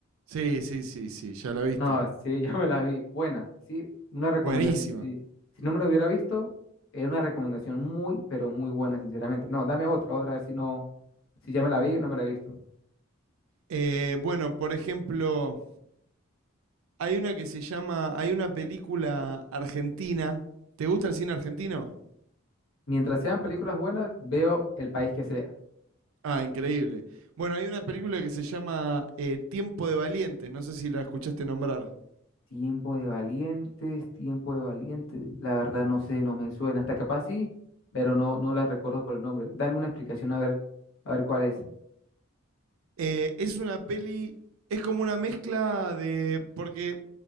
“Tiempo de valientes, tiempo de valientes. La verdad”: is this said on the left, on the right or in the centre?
Left